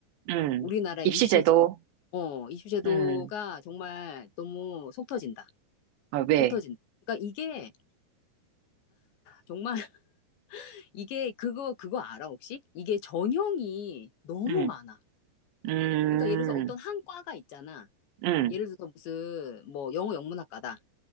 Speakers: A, on the right; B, on the left.
A: 음.
B: 우리나라 입시제,
A: 입시제도,
B: 어, 입시제도가
A: 음,
B: 정말 너무 속 터진다.
A: 아, 왜?
B: 속 터진다. 그러니까 이게 정말 <laughs> 이게 그거 그거 알아 혹시? 이게 전형이 너무
A: 음,
B: 많아.
A: 음,
B: 그러니까 예를 들어서 어떤 한 과가 있잖아.
A: 음.
B: 예를 들어서 무슨 뭐 영어 영문학과다.